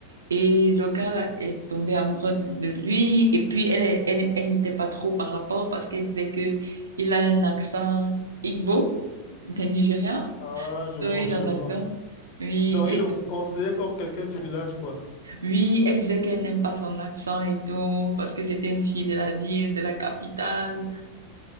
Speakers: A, on the right; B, on the left.
A: Et le gars est tombé amoureux de, de lui. Et puis, elle, elle, elle n'était pas trop par rapport parce qu'elle disait que il a un accent Igbo, des Nigériens.
B: Ah, je vois,
A: Oui, il
B: je
A: a l'accent.
B: vois.
A: Oui,
B: Donc,
A: et,
B: il le considérait comme quelqu'un du village, quoi.
A: oui, elle disait qu'elle n'aime pas son accent et tout, parce que c'était une fille de la ville, de la capitale.